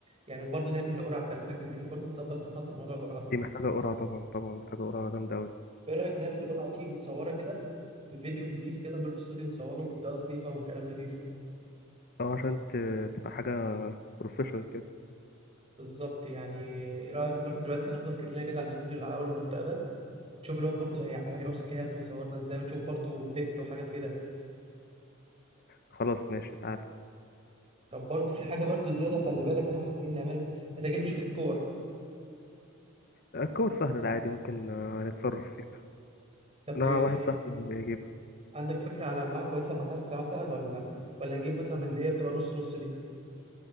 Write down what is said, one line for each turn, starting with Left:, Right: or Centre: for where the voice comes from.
Right: يعني وبرضه نعمل القرعه خلي بالك محتاجين برضه نظبط خط موضوع القرعه ده
Left: دي محتاجه قرعه طبعا طبعا محتاجه قرعه جامده قوي
Right: ايه رايك نعمل القرعه دي متصوره كده بفيديو نضيف كده نروح استوديو نصوره بإضاءة نضيفة وكلام نضيف
Left: او عشان ت- تبقى حاجه بروفيشنال كده
Right: بالظبط يعني ايه رأيك نروح دلوقتي ناخد في رجلينا كده على الاستوديو اللي على أول المنطقة ده نشوف الوقت برضه هي- هيعوز كام ويصورنا ازاي ونشوف برضه تيست وحاجات كده
Left: خلاص ماشي تعالى
Right: طب برضه في حاجة برضه زيادة خلي بالك احنا محتاجين نعملها محتاجين نشوف الكور
Left: الكور سهل عادي ممكن آه، نتصرف فيها
Right: طب
Left: انا
Right: يعني
Left: واحد صاحبي يعني يجيب
Right: عندك فكرة على أنواع كويسة مكسة مثلا ولا ولا نجيب مثلا من اللي هي بتبقى نص نص دي